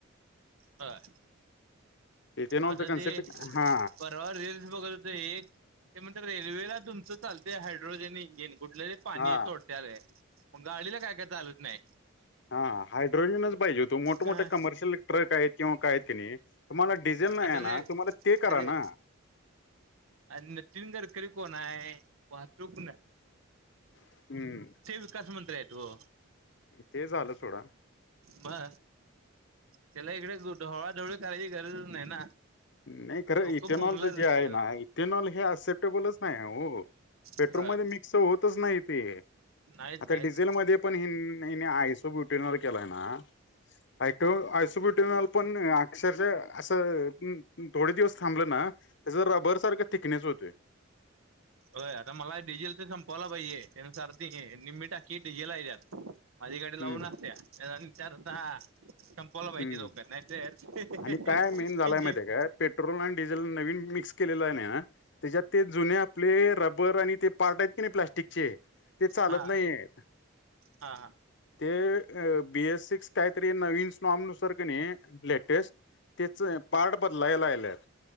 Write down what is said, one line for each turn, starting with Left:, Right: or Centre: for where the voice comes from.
Right: बर.
Left: इथेनॉलचा
Right: आता
Left: कन्सेप्ट
Right: ते <unintelligible>
Left: हा
Right: र रिल्स बघत होते. ते म्हणतात रेल्वेला तुमचं चालंतय हायड्रोजन इंजिन कुठलं? पाणी
Left: हा
Right: हे सोडत्यालं आहे. मग गाडीला काय काय चालत नाही.
Left: हां. हायड्रोजनच पाहिजे होत. मोठ
Right: हा
Left: मोठे कमर्शियल ट्रक आहेत. किंवा काही की नाही. तुम्हाला डिझेल नाही
Right: आता
Left: ए
Right: रे
Left: ना तुम्हाला ते करा
Right: रे
Left: ना.
Right: आणि नितीन गडकरी कोण आहे? वाहतूक न-
Left: हम्म
Right: विकास मंत्री आहेत तो.
Left: ते झालं सोडा.
Right: म. त्याला इकडे ढवळाढवळी करायची काही गरजच नाही ना?
Left: नाही खरं
Right: लोक
Left: इथेनॉलच
Right: बोंबलत होते
Left: जे आहे ना. इथेनॉल हे अऍक्सेप्टेबलच नाही ए हो. पेट्रोल
Right: होय
Left: मध्ये मिक्स होतच नाही ते.
Right: नाहीच
Left: आता
Right: नाहीच
Left: डिझेल मध्ये पण ह हेनी आयसोब्य- इथेनॉल केलाय ना? आयसो आयसोब्युट- इथेनॉल पण अक्षरशः असं- थोडे दिवस थांबलं ना? त्याच रबर सारख थिकनेस होतोय.
Right: होय. आता मला डीजेलच संपवला पाहिजे. <unintelligible> निम्मी टाकी डीझेल आहे त्यात. माझी गाडी लावून
Left: हम्म
Right: असत्या. <unintelligible> संप-
Left: हम्म
Right: <unintelligible>
Left: आणि काय मेन झालाय माहितीय काय पेट्रोल आणि डिझेल नवीन मिक्स केलेलं आहे ना? त्याच्यात ते जुने आपले रबर आणि ते- पार्ट आहेत की नाही प्लास्टिकचे. ते चालत
Right: हा
Left: नाहीएत.
Right: हा हा
Left: ते बी एस सिक्स काहीतरी नवीन <unintelligible> नुसार की नाही लेटेस्ट- तेच पार्ट बदलायला आल्यात.